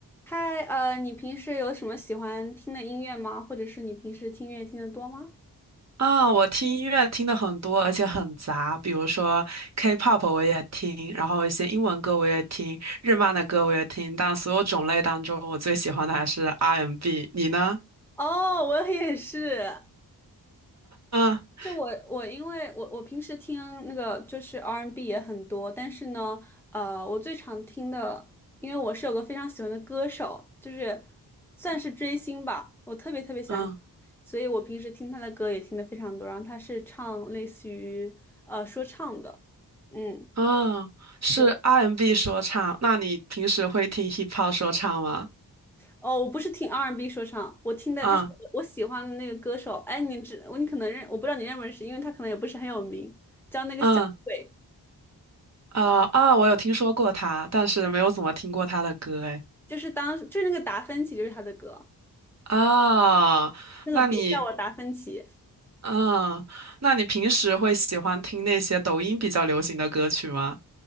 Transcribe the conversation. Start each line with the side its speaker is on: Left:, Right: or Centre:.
Centre: 嗨，呃，你平时有什么喜欢听的音乐吗？或者是你平时听音乐听得多吗？
Right: 啊，我听音乐听的很多，而且很杂，比如说 K-pop 我也听，然后一些英文歌我也听，日漫的歌我也听，但所有种类当中，我最喜欢的还是 R&B。你呢？
Centre: 哦，我也是。
Right: 嗯
Centre: 是我我因为我我平时听那个就是 R&B 也很多，但是呢，呃，我最常听的，因为我是有个非常喜欢的歌手，就是算是追星吧，我特别特别喜欢他，
Right: 嗯
Centre: 所以我平时听他的歌也听的非常多。然后他是唱类似于呃说唱的，嗯。
Right: 嗯，是
Centre: 对。
Right: R&B 说唱。那你平时会听 hip hop 说唱吗？
Centre: 哦，我不是听 R&B 说唱，我听的就是我喜欢的那个歌手。
Right: 嗯
Centre: 哎，你知我你可能认，我不知道你认不认识，因为他可能也不是很有名，叫那个小鬼，
Right: 嗯呃啊，我有听说过他，但是没有怎么听过他的歌诶。哎
Centre: 就是当就是那个达芬奇，就是他的歌。
Right: 啊，
Centre: 那个别叫我达芬奇，
Right: 那你嗯，那你平时会喜欢听那些抖音比较流行的歌曲吗？